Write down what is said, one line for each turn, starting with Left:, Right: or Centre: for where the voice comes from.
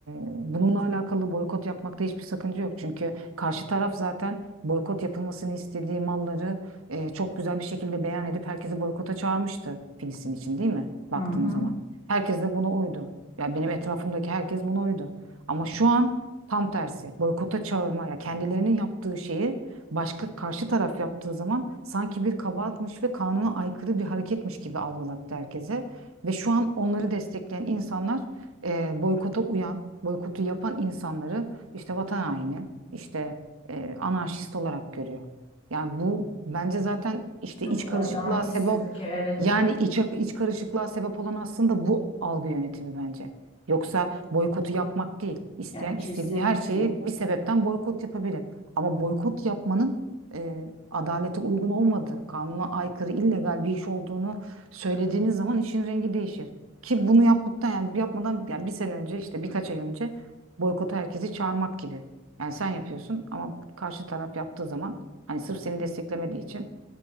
Right: bununla alakalı boykot yapmakta hiçbir sakınca yok. Çünkü karşı taraf zaten boykot yapılmasını istediği malları e, çok güzel bir şekilde beyan edip herkesi boykota çağırmıştı Filistin için değil mi? Baktığın
Left: Hı hı.
Right: zaman. Herkes de buna uydu. Ya benim etrafımdaki herkes buna uydu. Ama şu an tam tersi. Boykota çağırma ya kendilerinin yaptığı şeyi başka karşı taraf yaptığı zaman sanki bir kabahatmiş ve kanuna aykırı bir hareketmiş gibi algılattı herkese. Ve şu an onları destekleyen insanlar e, boykota uyan, boykotu yapan insanları işte vatan haini, işte e, anarşist olarak görüyor. Yani bu bence zaten işte
Left: Çok
Right: iç karışıklığa
Left: adaletsizlik
Right: sebep
Left: evet.
Right: yani iç, iç karışıklığa sebep olan aslında bu algı yönetimi bence. Yoksa boykotu yapmak değil. İsteyen
Left: Yani kesinlikle.
Right: istediği her şeyi bir sebepten boykot yapabilir. Ama boykot yapmanın e, adalete uygun olmadığı, kanuna aykırı, illegal bir iş olduğunu söylediğiniz zaman işin rengi değişir. Ki bunu yaptıktan yani yapmadan yani bir sene önce işte birkaç ay önce boykota herkesi çağırmak gibi. Yani sen yapıyorsun ama karşı taraf yaptığı zaman hani sırf seni desteklemediği için